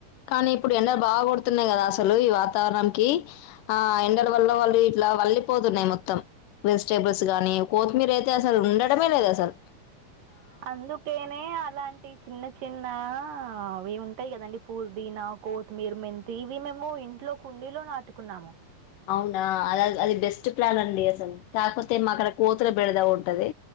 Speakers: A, on the left (about 80°); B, on the right (about 85°).
A: కని ఇప్పుడు ఎండ బాగా కొతున్నాయి కదా అసలు ఈ వాతారంకీ ఆ ఎండల్ వల్ల వాళ్ళు ఇట్లా వళ్లి పోతున్నాయి మొత్తం వెజిటేబుల్స్ గానీ కొత్మీర్ అయితే అసల్ ఉండడమే లేదు అసల్
B: అందుకేనే అలాంటి చిన్న చిన్న అవి ఉంటాయి కదండి పూర్దినా, కోత్మీర, మెంతి ఇవి మేము ఇంట్ ట్లో కుండీలో నాటుకున్నాము
A: అవునా అద్ అది బెస్ట్ ప్లాన్ అండి అసల్ కాకపోతే మాకడ కోతులు బెడదా ఉంటది